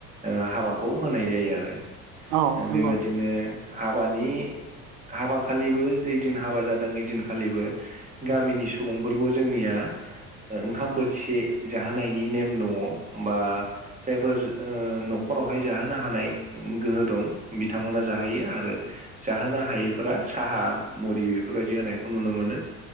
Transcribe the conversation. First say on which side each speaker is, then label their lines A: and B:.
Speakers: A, on the right (about 15°); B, on the right (about 65°).
A: ओ हाबाखौ होनाय जायो आरो
B: औ नंगौ
A: बेबायदिनो
B: नंगौ
A: हाबानि हाबा खालिबो जैदिन हाबा जादों ओइदिनखालिबो। गामिनि सुबुंफोरखौ जोंनिया। ओंखाम बोथिसे जाहोनायनि नेम दङ बा जायफोर ओ न'खराव बेवहाय जाहोनो हानाय गोहो दं बिथांमोना जाहोयो आरो जाहोनो हायैफोरा साहा मुरि बेफोरबायदि होनायखौ नुनो मोनो